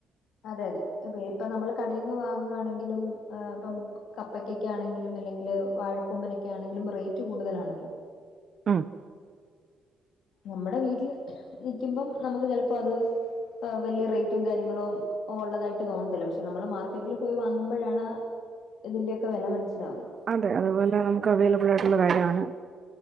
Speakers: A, on the left; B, on the right.
A: അതെ അതെ ഇപ്പ നമ്മള് കടേന്ന് വാങ്ങ് ആണെങ്കിലും ആഹ് ഇപ്പം കപ്പയ്ക്കൊക്കെ ആണെങ്കിലും അല്ലെങ്കില് വാഴക്കൂമ്പ്നൊക്കെ ആണെങ്കിലും റേറ്റ് കൂടുതലാണല്ലോ.
B: ആഹ്
A: നമ്മടെ വീട്ടില് നിക്കുമ്പം നമുക്ക് ചെലപ്പോ അത് ഏഹ് വലിയ റേറ്റും കാര്യങ്ങളും ഒള്ളതായിട്ട് തോന്നത്തില്ല പക്ഷെ നമ്മള് മാർക്കറ്റിൽ പോയി വാങ്ങുമ്പോഴാണ് ഇതിന്റെയൊക്കെ വെല മൻസ്സിലാവ്ണെ.
B: അതെ അതുപോലെ നമുക്ക് അവൈലബിളായിട്ട്ള്ള കാര്യ ആണ്